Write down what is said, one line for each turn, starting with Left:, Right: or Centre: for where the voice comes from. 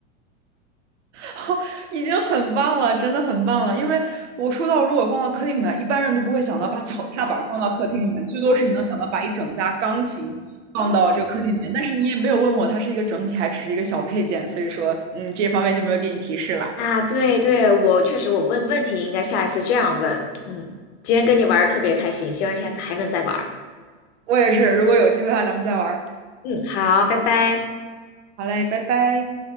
Right: <laughs> 已经很棒了，真的很棒了。因为我说到，如果放到客厅里面，一般人都不会想到把 <laughs> 脚踏板放到客厅里面，最多是你能想到把一整架钢琴放到这个客厅里面。但是你也没有问我它是一个整体，还只是一个小配件，所以说，嗯，这方面就没有给你提示了。
Left: 啊，对对，我确实，我问问题应该下一次这样问。嗯，今天跟你玩儿特别开心，希望下次还能再玩儿。
Right: 我也是，如果有机会的话，咱们再玩儿
Left: 嗯，好，拜拜。
Right: 好嘞，拜拜。